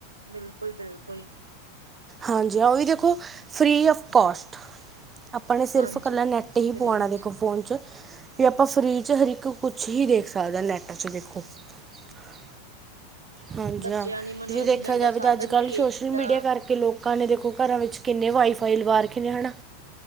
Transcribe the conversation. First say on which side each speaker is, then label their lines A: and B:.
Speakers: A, on the right (about 80°); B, on the right (about 20°).
A: ਬਿਲਕੁਲ- ਬਿਲਕੁਲ।
B: ਹਾਂਜੀ, ਹਾ ਉਹ ਵੀ ਦੇਖੋ ਫ੍ਰਰੀ ਆਫ ਕੋਸਟ। ਆਪਾਂ ਨੇ ਸਿਰਫ਼
A: ਹਾਂਜੀ।
B: ਇਕੱਲਾ ਨੈੱਟ ਹੀ ਪਆਉਣਾ
A: ਰੀਚ
B: ਦੇਖੋ ਫੋਨ 'ਚ। ਵੀ ਆਪਾਂ ਫ੍ਰੀ ਚ ਹਰ ਇੱਕ ਕੁਛ ਵੀ ਦੇਖ ਸਕਦੇ ਨੈਟ ਚ ਦੇਖੋ। ਹ ਹਾਂਜੀ-ਹਾਂ
A: ਬੱਚਿਆਂ ਲਈ ਮਨੋਰੰਜਨ
B: ਜੇ ਦੇਖਿਆ ਜਾਵੇ
A: ਦਾ
B: ਤਾਂ
A: ਸਾਧਨ
B: ਅੱਜ-ਕੱਲ੍ਹ
A: ਵੀ
B: ਸੋਸ਼ਲ
A: ਇਹੀ
B: ਮੀਡੀਆ
A: ਆ
B: ਕਰਕੇ ਲੋਕਾਂ ਨੇ ਦੇਖੋ ਘਰਾਂ ਵਿੱਚ ਕਿੰਨੇ ਵਾਈ-ਫਾਈ ਲਵਾ ਰੱਖੇ ਨੇ ਹੈ ਨਾ।